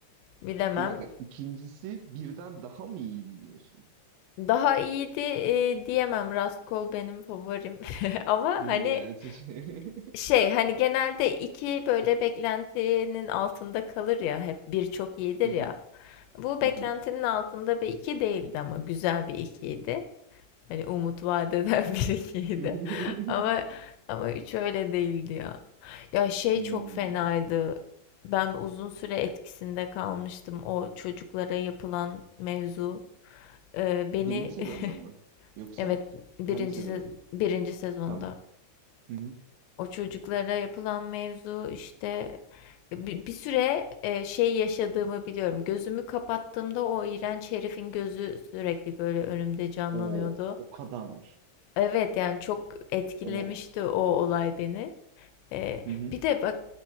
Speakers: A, on the left; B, on the right.
A: bilemem.
B: Bir dakika. ikincisi birden daha mı iyiydi diyorsun?
A: Daha iyiydi e, diyemem. Raskol benim favorim. <laughs> Ama
B: <laughs>
A: hani
B: Yani şey-
A: şey hani genelde iki böyle beklentinin altında kalır ya hep bir çok
B: <laughs>
A: iyidir
B: Hı
A: ya.
B: hı.
A: Bu beklentinin
B: Hı hı.
A: altında bir iki değildi ama güzel bir ikiydi. Hani umut vaat eden <laughs> bir ikiydi.
B: <laughs>
A: Ama ama üç öyle değildi ya. Ya şey
B: Hmm.
A: çok fenaydı. Ben uzun süre etkisinde kalmıştım o çocuklara yapılan mevzu. Ee, beni
B: Birinci sezonda mı?
A: <laughs>
B: Yoksa
A: evet birinci
B: hangi sezon?
A: se- birinci sezonda
B: Tamam. Hı hı.
A: o çocuklara yapılan mevzu işte bir, bir süre e, şey yaşadığımı biliyorum. Gözümü kapattığımda o iğrenç herifin gözü sürekli böyle önümde canlanıyordu.
B: O o kadar.
A: Evet yani çok etkilemişti
B: O.
A: o olay beni. Ee,
B: Hı hı.
A: bir de bak